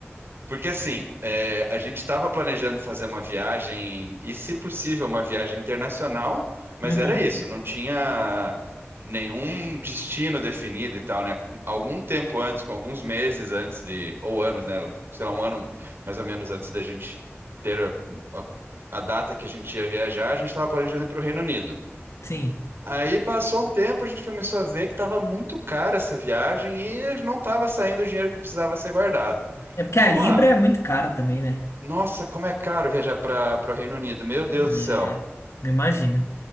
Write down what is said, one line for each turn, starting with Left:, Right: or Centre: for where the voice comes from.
Right: Porque assim, é, a gente estava planejando fazer uma viagem, e se possível, uma viagem internacional, mas
Left: Uhum,
Right: era isso, não tinha nenhum destino definido e tal, né? Algum tempo antes, com alguns meses antes de, ou anos, né? Sei lá, um ano mais ou menos antes da gente ter a, a- a data que a gente ia viajar, a gente estava planejando ir para o Reino Unido.
Left: sim.
Right: Aí passou um tempo, a gente começou a ver que estava muito cara essa viagem e não estava saindo o dinheiro que precisava ser guardado.
Left: É porque a
Right: Vamos
Left: Libra
Right: lá.
Left: é muito cara também, né?
Right: Nossa, como é caro viajar para o Reino Unido, meu Deus do
Left: É,
Right: céu.
Left: eu imagino.